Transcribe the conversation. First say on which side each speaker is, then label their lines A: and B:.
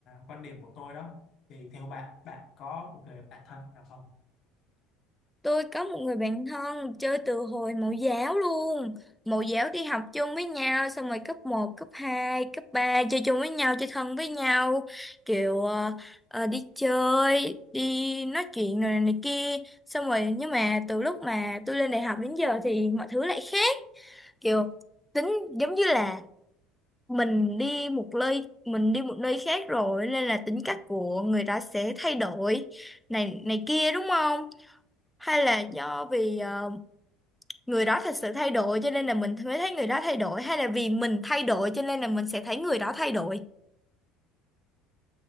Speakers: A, on the left; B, in the centre.
A: quan điểm của tôi đó thì theo bạn bạn có một người bạn thân nào không
B: Tôi có một người bạn thân chơi từ hồi mẫu giáo luôn. Mẫu giáo đi học chung với nhau, xong rồi cấp một cấp 2 cấp 3 chơi chung với nhau, chơi thân với nhau. Kiểu ờ, ờ, đi chơi, đi nói chuyện rồi này kia. Xong rồi nhưng mà từ lúc mà tôi lên đại học đến giờ thì mọi thứ lại khác. Kiểu tính giống như là mình đi một nơi mình đi một nơi khác rồi nên là tính cách của người đó sẽ thay đổi này này kia đúng không? hay là do vì ờ, người đó thật sự thay đổi cho nên là mình mới thấy người đó thay đổi hay là vì mình thay đổi cho nên là mình sẽ thấy người đó thay đổi